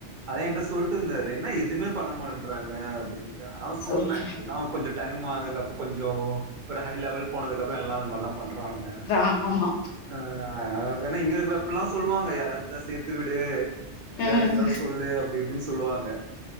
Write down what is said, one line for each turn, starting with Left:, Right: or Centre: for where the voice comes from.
Right: அதா என்கிட்ட சொல்ட்டு இருந்தாரு என்னா எதுவுமே பண்ண மாட்டேறாங்க அப்டின்னு அதா சோன்னே
Left: ஓகே
Right: எல்லாம் கொஞ்ச டைம் அதுக்கப்ப கொஞ்சோ அப்றம் ஹை லெவல் போனதுக்கப்புற எல்லா இந்த மாரிதா பண்றாங்க
Left: அ ஆமா
Right: ஆ அதென்னா இங்க இருக்கிறப்பல்லா சொல்லுவாங்க யாராவது இருந்தா சேர்த்து விடு
Left: அஹ்
Right: ஏதாவது இருந்தா இது அப்டி இப்டின்னு சொல்லுவாங்க